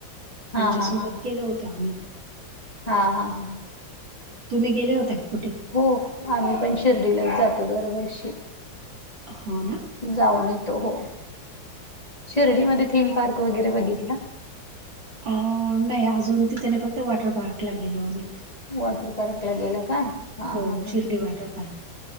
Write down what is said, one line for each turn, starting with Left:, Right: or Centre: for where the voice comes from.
Left: हा
Right: यांच्यासोबत
Left: हा हा हा
Right: गेल होत आम्ही.
Left: हा हा हा.
Right: तुम्ही गेल्या होत्या का कुठे?
Left: हो आम्ही पण शिर्डीलाच जातो दरवर्षी.
Right: हो ना.
Left: जाऊन येतो हो शिर्डी मध्ये थीम पार्क वगैरे बघितला.
Right: अ नाही अजून तिथे नाही. फक्त वॉटर पार्क ला गेलो आम्ही.
Left: वॉटर पार्कला गेलं का. हा
Right: हो
Left: हा हा
Right: शिर्डी वॉटर पार्क.